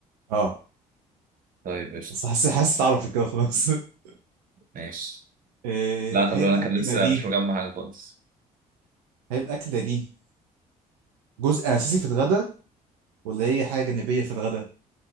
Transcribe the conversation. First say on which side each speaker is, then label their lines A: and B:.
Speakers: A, on the right (about 75°); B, on the right (about 45°).
A: اه
B: طيب قشطه
A: بس حاسس حاسس اتعرفت كده خلاص <laughs>
B: ماشي
A: إيه،
B: لا خلي
A: هي
B: بالك
A: الأكلة
B: انا لسه
A: دي
B: مش مجمع حاجه خالص
A: هي الأكلة دي جزء أساسي في الغداء ولا هي حاجة جانبية في الغداء